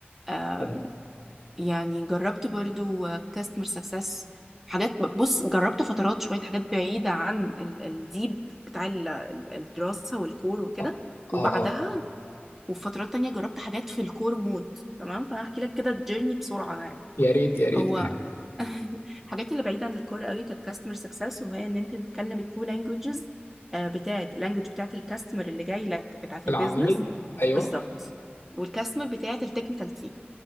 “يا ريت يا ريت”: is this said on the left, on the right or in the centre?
Left